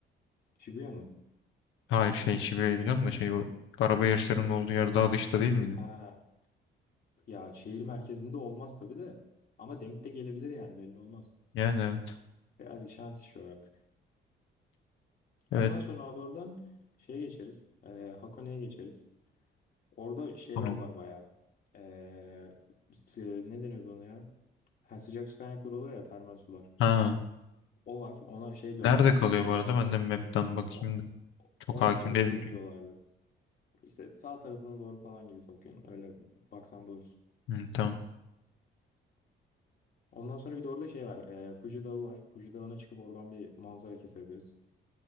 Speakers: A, on the left; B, on the left.
A: Shibuya mı?
B: Hayır şey Şibu'yu biliyorum da şey o araba yarışlarının olduğu yer daha dışta değil miydi?
A: Ha ya şehir merkezinde olmaz tabii de ama denk de gelebilir yani belli olmaz.
B: Yani evet.
A: Birazcık şans işi o artık.
B: Evet
A: Ondan sonra abi oradan şeye geçeriz. E, Hakone'ye geçeriz. Orada şeyler
B: tamam.
A: var bayağı. E, sı- ne deniyordu ona ya? Ha, sıcak su kaynakları oluyor ya termal sular.
B: Ha.
A: O var. Ona şey diyorlar
B: Nerede
A: Japonya'da.
B: kalıyor bu arada? Ben de map'ten bakayım
A: O-
B: da. Çok
A: 10
B: hakim
A: sen
B: değilim
A: mi ne
B: çünkü.
A: diyorlardı? İşte sağ tarafına doğru falan gibi Tokyo'nun. Öyle baksan bulursun.
B: Hı, tamam.
A: Ondan sonra bir de orada şey var. E, Fuji Dağı var. Fuji Dağı'na çıkıp oradan bir manzara kesebiliriz.